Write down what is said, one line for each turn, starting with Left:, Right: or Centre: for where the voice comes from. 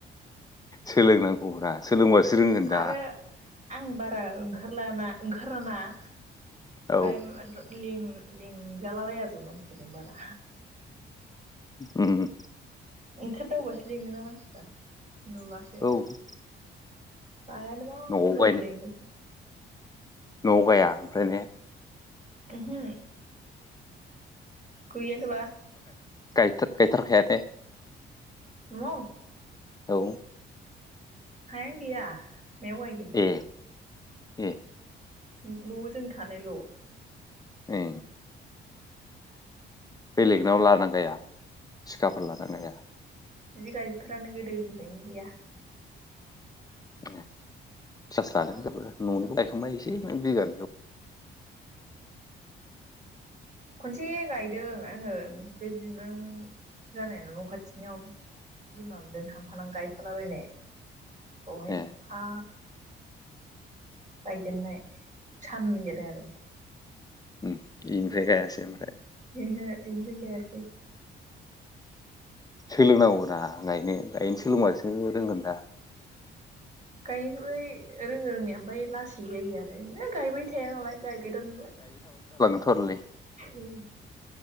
Left: सोलोंनांगौब्रा सोलोंबासो रोंगोन दा।
Right: आरो आं बारा ओंखारलाना -ओंखाराना। <unintelligible>
Left: औ
Right: ले -ले लिंजालाबायाबो मानसिफोरजों बारा।
Left: ओम ओम।
Right: ओंखारदावबासो लिङोना मानसिफ्रा। नुबासो
Left: औ उम
Right: गायानोबा
Left: न'आव
Right: बोरै
Left: गायनो
Right: लेंगोन।
Left: न'आव गाया ओमफ्रायनो
Right: उमहो। गैयानोबा
Left: गाय-गायथारखायादे
Right: न'आव?
Left: औ।
Right: हायानो गैया। मायाव गायगोन?
Left: ए ए
Right: न' आव जों थानायल'
Left: ए बेलेगनायाव लानो हाया? थिखाफोर‌ लायोना लाया?
Right: बिदि गायफेरानो गोदोनिफ्रायनो गैया।
Left: थिखासो लादो जोंहाबो ननिखौ गायखांबाय एसे बिघानै
Right: खनसे गायदों आङो बे बिमायं जानाय नाव न' खाथिनियाव बिमा मोनजों थांफानानानै गायफालाबायनाय बहाय
Left: ए
Right: फा गायजेननाय सान नै होदो आरो।
Left: बेनिफ्राय गायासै आमफ्राय?
Right: ह हे इदिै जायासै
Left: सोलोंनांगौ रा गायनो गायनो सोलोंबासो रोंगोन दा।
Right: आम बै रोङो रोंनाया आमफ्राइ लासै जायो आरो। है गायबाय थाया नालाय गायगोदान
Left: थरलि
Right: ओम।